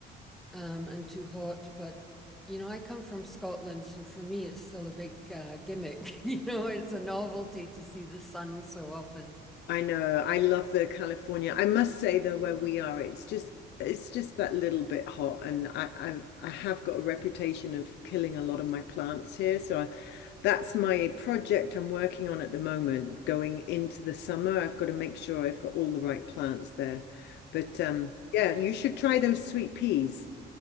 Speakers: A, in the centre; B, on the left.
A: um, and too hot. But you know, I come from Scotland, so for me, it's still a big uh, gimmick. <laughs> you know, it's a novelty to see the sun so often.
B: I know. I love the California. I must say though, where we are, it's just it's just that little bit hot, and I I, I have got a reputation of killing a lot of my plants here. So I, that's my project I'm working on at the moment. Going into the summer, I've got to make sure I've got all the right plants there. But um, yeah, you should try those sweet peas